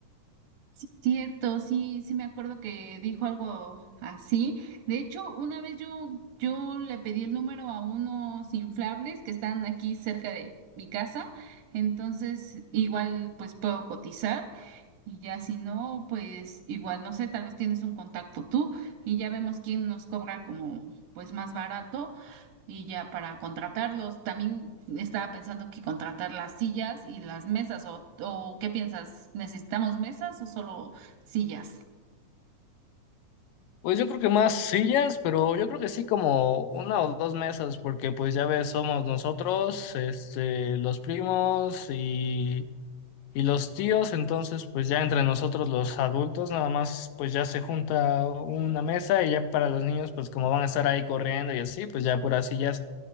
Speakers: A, on the right; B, on the left.
A: Sí, Cierto, sí, sí me acuerdo que dijo algo así. De hecho, una vez yo, yo le pedí el número a unos inflables que están aquí cerca de mi casa, entonces igual pues puedo cotizar y ya si no, pues igual, no sé, tal vez tienes un contacto tú y ya vemos quién nos cobra como pues más barato y ya para contratarlos. También estaba pensando que contratar las sillas y las mesas o, o ¿qué piensas? ¿Necesitamos mesas o solo sillas?
B: Pues yo creo que más sillas, pero yo creo que sí como una o dos mesas, porque pues ya ves, somos nosotros, este, los primos y, y los tíos, entonces pues ya entre nosotros los adultos nada más pues ya se junta una mesa y ya para los niños pues como van a estar ahí corriendo y así, pues ya puras sillas